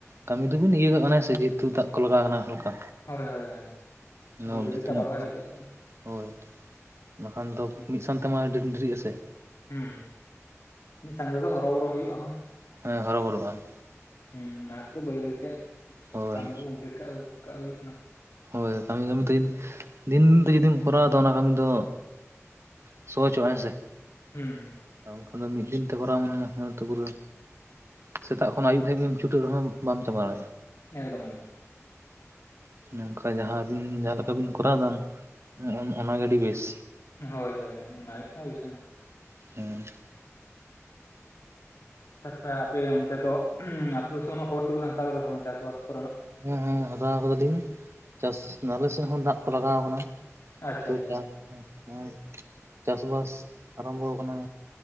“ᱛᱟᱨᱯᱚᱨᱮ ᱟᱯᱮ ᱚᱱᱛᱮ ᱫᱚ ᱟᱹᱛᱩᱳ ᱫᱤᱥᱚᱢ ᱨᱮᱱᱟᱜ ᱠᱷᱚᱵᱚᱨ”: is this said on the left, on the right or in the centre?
Left